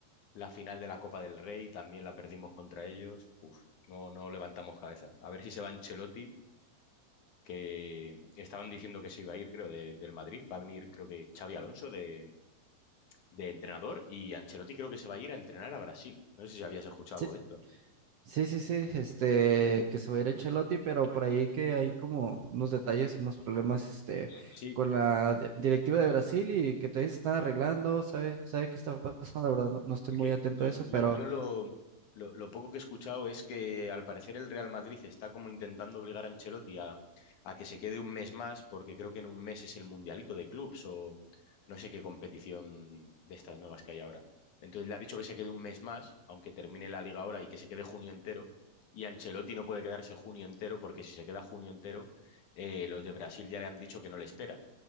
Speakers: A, on the left; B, on the right.
A: La final de la Copa del Rey también la perdimos contra ellos. Uf, no, no levantamos cabeza. A ver si se va Ancelotti, que estaban diciendo que se iba a ir, creo, de- del Madrid. Va a venir, creo que Xavi Alonso de, de entrenador y Ancelotti creo que se va a ir a entrenar a Brasil. No sé si habías escuchado
B: Sí,
A: algo de esto.
B: Sí, sí, sí, este, que se va a ir Ancelotti, pero por ahí que hay como unos detalles, unos problemas, este,
A: Sí,
B: con la di- directiva de Brasil y que todavía se están arreglando, sabe, sabe qué está pasando, la verdad, no, no estoy
A: Es
B: muy
A: que
B: atento
A: yo,
B: a eso,
A: yo-
B: pero,
A: yo lo, lo- lo poco que he escuchado es que al parecer el Real Madrid está como intentando obligar a Ancelotti a, a que se quede un mes más, porque creo que en un mes es el Mundialito de Clubs o no sé qué competición de estas nuevas que hay ahora. Entonces le ha dicho que se quede un mes más, aunque termine la liga ahora y que se quede junio entero. Y Ancelotti no puede quedarse junio entero porque si se queda junio entero, eh, los de Brasil ya le han dicho que no le esperan.